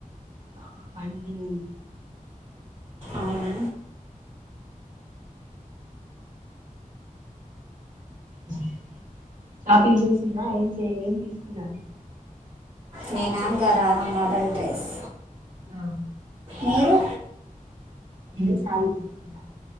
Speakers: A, on the right; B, on the right.
A: పాపా పడుకుని ఉంది
B: అవునా
A: <inaudible> షాపింగ్ చేసిందా ఏం చెయం తీసుకున్నారు
B: నేనా గారారా మోడల్ డ్రెస్
A: ఆ
B: మీరు
A: నేను సారీ తీసుకున్న